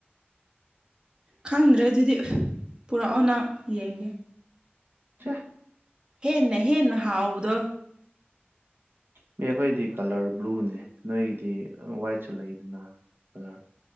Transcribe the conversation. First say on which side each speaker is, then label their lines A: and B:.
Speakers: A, on the right; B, on the right.
A: ꯈꯪꯗ꯭ꯔꯦ ꯑꯗꯨꯗꯤ ꯄꯨꯔꯛꯑꯣ ꯅꯪ ꯌꯦꯡꯒꯦ
B: ꯆꯥ
A: ꯍꯦꯟꯅ ꯍꯦꯟꯅ ꯍꯥꯎꯕꯗꯣ
B: ꯃꯤ ꯑꯩꯈꯣꯏꯗꯤ ꯀꯂꯔ ꯕ꯭ꯂꯨꯅꯦ ꯅꯣꯏꯒꯤꯗꯤ ꯋꯥꯏꯠꯁꯨ ꯂꯩꯗꯅ <unintelligible>